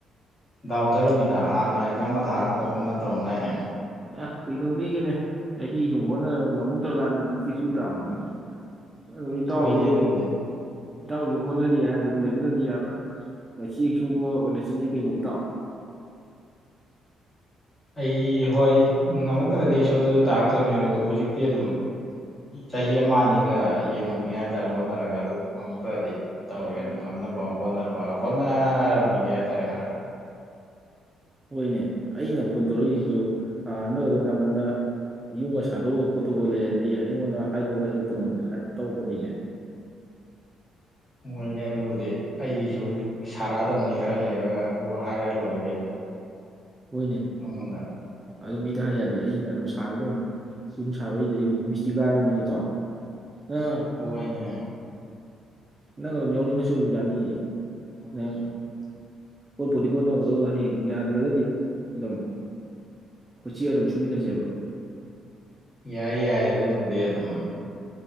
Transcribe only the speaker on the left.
ꯗꯥꯎꯟ ꯆꯠꯂꯝꯃꯤꯗ ꯍꯥꯟꯅ ꯑꯦꯛꯖꯥꯝꯒ ꯊꯥꯅ ꯈꯣꯠꯠꯇꯅ ꯇꯧꯔꯝꯗꯥꯏꯅꯦ
ꯍꯣꯏꯅꯦ ꯑꯗꯨꯕꯨꯗꯤ
ꯑꯩ ꯍꯣꯏ ꯉꯝꯃꯛꯇ꯭ꯔꯗꯤ ꯑꯩ ꯁꯣ ꯑꯗꯨꯗ ꯇꯥꯔꯛꯇꯣꯏꯅꯦ ꯑꯗꯨꯗ ꯍꯧꯖꯤꯛꯇꯤ ꯑꯗꯨꯝ ꯆꯍꯤ ꯑꯃ ꯑꯅꯤꯒ ꯌꯦ ꯉꯝꯃꯤꯒꯦ ꯍꯥꯏꯇꯥꯔꯦ ꯍꯣꯠꯅꯔꯒ ꯑꯗꯨ ꯉꯝꯃꯛꯇ꯭ꯔꯗꯤ ꯇꯧꯔꯒꯦ ꯑꯗꯨ ꯉꯝꯅꯕ ꯍꯣꯠꯅꯕ ꯍꯣꯠꯅꯔꯝꯒꯤꯒꯦ ꯍꯥꯏ ꯇꯔꯦ ꯈꯔ
ꯍꯣꯏꯅꯦ ꯑꯗꯨꯕꯨꯗꯤ ꯑꯩꯒꯤꯁꯨ ꯁꯥꯔꯛꯑꯗꯕꯅꯤ ꯈꯔ ꯂꯩꯔꯒ ꯑꯗꯨ ꯍꯥꯏꯔ ꯂꯣꯏꯔꯦ ꯀꯩꯅꯣ
ꯅꯪꯉꯣꯟꯗ
ꯍꯣꯏꯅꯦ
<unintelligible>
ꯌꯥꯏ ꯌꯥꯏ ꯑꯗꯨꯕꯨꯗꯤ ꯑꯗꯨꯝ